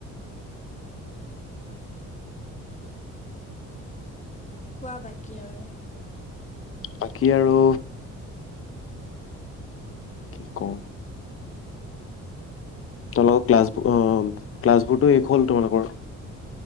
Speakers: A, on the left; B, on the left.
A: কোৱা বাকী আৰু।
B: বাকী আৰু। কি কওঁ? তোমালোকৰ ক্লাছবোৰ অ' ক্লাছবোৰটো শেষ হ'ল তোমালোকৰ?